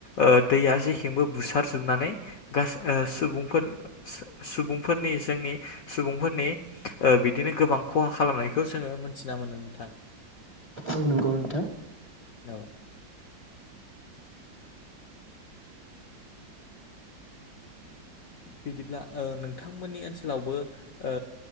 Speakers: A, on the left; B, on the right.
A: ओ दैया ज बेखिंबो बुसार जोबनानै गास ओ सुबुंफोर सुबुंफोरनि जोंनि सुबुंफोरनि ओ बिदिनो गोबां खहा खालामनायखौ जोङो मोनथिना मोनो नोंथां <inaudible>
B: औ नंगौ नोंथां
A: औ बिदिब्ला ओ नोंथांमोननि ओनसोलावबो ओ